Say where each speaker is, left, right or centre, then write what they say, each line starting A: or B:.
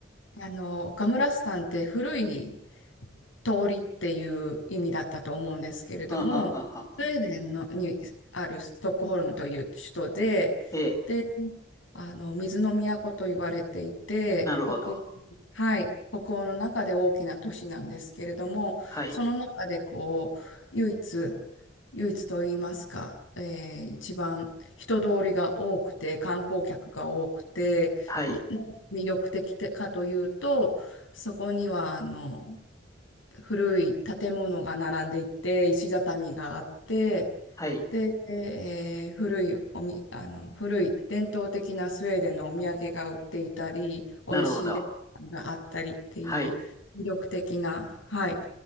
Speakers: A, on the left; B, on the left.
A: あの、ガムラスタンって古い通りっていう意味だったと思うんですけれども、
B: あははは。
A: スウェーデンのにあるストックホルムという首都で、
B: ええ、
A: で、あの水の都と言われていて、
B: なるほど。
A: 北欧はい、北欧の中で大きな都市なんですけれども、
B: はい、
A: その中でこう唯一、唯一と言いますか、えー一番人通りが多くて、観光客が多くて、
B: はい、
A: なな魅力的かというと、そこにはあの古い建物が並んでいて、石畳があって、
B: はい、
A: で、えー古いおみ、あの、古い伝統的なスウェーデンのお土産が売っていたり、美味しいレストランがあったりっていう魅力的な、
B: なるほど。はい、
A: はい、